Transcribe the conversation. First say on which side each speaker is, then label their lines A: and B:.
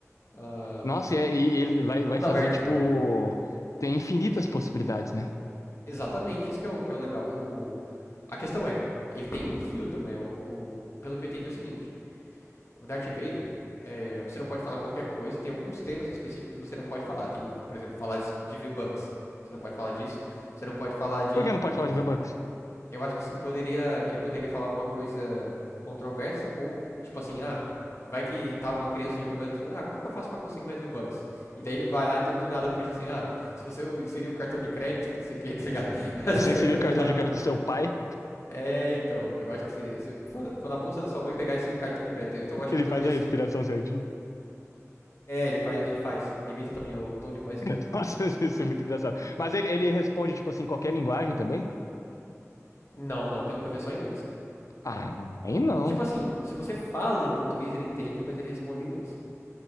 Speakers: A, on the left; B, on the left.
A: ah,
B: Nossa, e, é- e ele vai,
A: Mundo
B: vai fazer,
A: aberto,
B: tipo.
A: tá ligado?
B: Tem infinitas possibilidades, né?
A: Exatamente, isso que é o, que é o legal. O... A questão é, ele tem um filtro, né? O, o- Pelo que eu entendi é o seguinte, o Darth Vader, é, você não pode falar qualquer coisa, tem alguns temas específicos que você não pode falar. Tem, por exemplo, falar de V-Bucks, você não pode falar disso. Você não pode falar de
B: Por que não pode falar de V-Bucks?
A: Eu acho que isso poderia, ele poderia falar alguma coisa controversa ou tipo assim, ah, vai que tá uma criança jogando assim, ah, como que eu faço pra conseguir mais V-Bucks? E daí ele vai lá e do, do nada puxa assim, ah, se você inserir o cartão de crédito, que não sei o que, tá ligado? <laughs> Eu acho
B: Você
A: que isso
B: inseriu
A: aí poderia
B: o cartão
A: dar.
B: de
A: um-
B: crédito do seu pai,
A: É, então, eu acho que se, se for, for na bolsa da sua mãe pegar esse cartão de crédito, então eu acho
B: ele
A: que poderia
B: faz a
A: ser.
B: respiração certinho.
A: É, ele faz, ele faz, ele imita também o tom de voz e
B: <laughs>
A: tudo.
B: Nossa, isso é muito engraçado. Mas ele, ele responde, tipo assim, qualquer linguagem também?
A: Não, não, pelo que eu vi é só em inglês.
B: Ah, aí não.
A: Tipo assim, se você fala em português ele entende, mas ele responde em inglês.